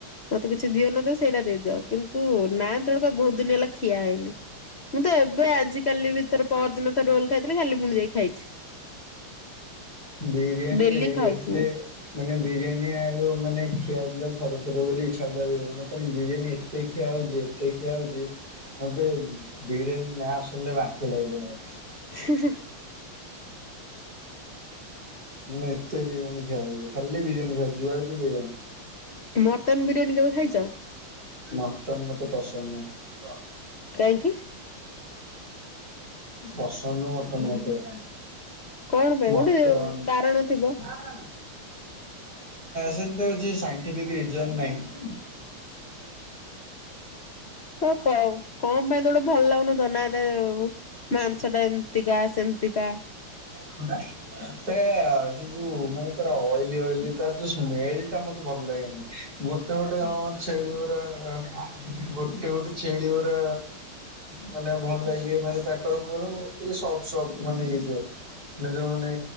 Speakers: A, on the left; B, on the right.
A: ମତେ କିଛି ଦିଅ ନ ଦିଅ ସେଇଟା ଦେଇଦବ କିନ୍ତୁ ନାନ୍ ତଡକା ବୋହୁତ୍ ଦିନ୍ ହେଲା ଖିଆ ହେଇନି। ମୁଁ ତ ଏବେ ଆଜି କାଲି ଭିତରେ ପହର ଦିନ ତ ରୋଲ୍ ଖାଇଥିଲି କାଲି ଫୁଣି ଯାଇକି ଖାଇଚି।
B: ବିରିୟାନି
A: ଡେଲି
B: ଏ
A: ଖାଉଛି
B: ଏତେ
A: ମୁଁ
B: ମାନେ ବିରିୟାନୀ ଆଉ ମାନେ ଖିଆ ହୋଉଥିଲା ଥରେ ଥରେ ବୋଲି ଇଚ୍ଛା ହୋଉଥିଲା ବିରିୟାନୀ। ବର୍ତ୍ତମାନ ବିରିୟାନୀ ଏ ତେ ଖିଆ ହୋଉଚି ଏତେ ଖିଆ ହୋଉଚି ମତେ ବିରିୟାନି ନାଁ ଶୁଣିଲେ ବାନ୍ତି ଲାଗିଲାଣି ମତେ।
A: <unintelligible>
B: ମାନେ ଏତେ ବିରିୟାନୀ ଖିଆ ହୋଉଚି ଖାଲି ବିରିୟାନୀ ଖାଉ ଯୁଆଡେ ଯିବୁ ବିରିୟାନୀ।
A: ମର୍ଟନ ବିରିୟାନୀ କେବେ ଖାଇଚ?
B: ମର୍ଟନ ମତେ ପସନ୍ଦ ନୁହେଁ।
A: କାହିଁକି
B: ପସନ୍ଦ ନୁହୁଁ ମର୍ଟନ ମତେ।
A: କଣ ପାଇଁ
B: ମର୍ଟନ।
A: ଗୋଟେ କାରଣ ଥିବ।
B: ଏଁ ସେତେ କିଛି ସାଇଁଣ୍ଟିଫିକ୍‌ ରିଜିନି ନାହିଁ।
A: ହଁ କଁ କଣ ପାଇଁ ତ ଗୋଟେ ଭଲ ଲାଗୁନଥିବ ନା ଏଟା ମାଂସ ଟା ଏମି ତିକା ସେମିତିକା।
B: <inaudible> ସେ ଆ ସେ ଯୋଉ ମାନେ ତାର ଅଏଲି ଅଏଲି ତାର ଯୋଉ ସ୍ମେଲ୍ ଟା ମତେ ଭଲ ଲାଗେନି। ଗୋଟେ ଗୋଟେ ହଁ ଛେଳି ଗୁରା ଆଁ ଗୋଟେ ଗୋଟେ ଛେଳି ଗୁରା ମାନେ ଭଲ ଲାଗିବ ମାନେ ତାଙ୍କର କଣ କହିଲ ଟିକେ ସଫ୍ଟ ସଫ୍ଟ ମାନେ ଇଏ ଇଏଥିବ। ମାନେ ଯୋଉ ମାନେ